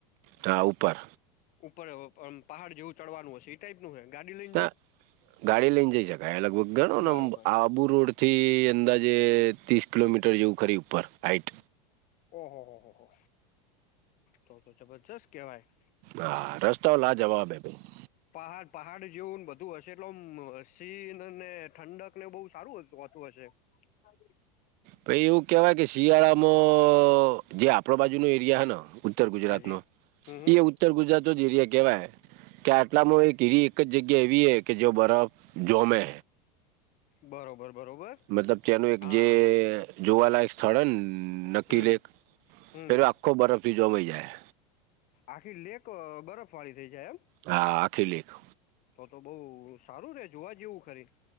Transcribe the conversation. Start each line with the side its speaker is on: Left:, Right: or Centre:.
Right: ત્ર ઉપર.
Left: ઉપર પહાડ જેવું ચડવાનું હશે. ટાઈપનુંું ગાડી લ.
Right: ત ગાડી લઈને જઈ શકાય લગભગ ગણો
Left: બરોબર
Right: ને આ આબુ રોડ. થી અંદાજે ત્રીસ કિલોમીટર જેવું ખરી ઉપર હાાઈટ.
Left: ઓહો હો હો હો તો તો જબરજસ્ત કહેવાય.
Right: હા રસ્તાઓ લા જવાબે ભાઈ.
Left: પહાડ પહાડ જેવું બધું હશે એટલે સીન ને ઠંડક ને બહુ સારું હોતું હશે. હ.
Right: પછ એવું કેવાય કે શિયાળામાં. જે આપ બાજુનો એરિયા હ ઉત્તર ગુજરાતનો
Left: હાજી હમ હમ
Right: એ. ઉત્તર ગુજરાત જ એરિયા કેવાય કે આટલામાં એક એીરી એક જ જગ્યા એવી હ કે જે બરફ. જામે.
Left: બરોબર બરોબર.
Right: મતલબ તેનું એક
Left: હા
Right: જે. જોવાલાયક સ્થળ હ ને નકીલેક
Left: હમ હમ
Right: પેલો આખો બરફથી જોવાઈ જાય.
Left: આખી લેક બરફ વાળી થઈ જાય એમ.
Right: હા આખી લેખ.
Left: તો તો બઉુ સારુંરે જોવા જેવું ખરી.